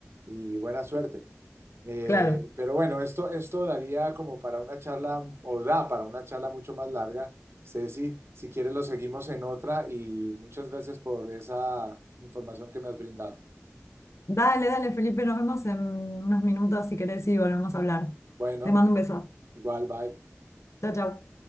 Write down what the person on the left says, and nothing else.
claro.
Dale, dale, Felipe, nos vemos en unos minutos si querés y volvemos a hablar.
Te mando un beso.
Chao, chao.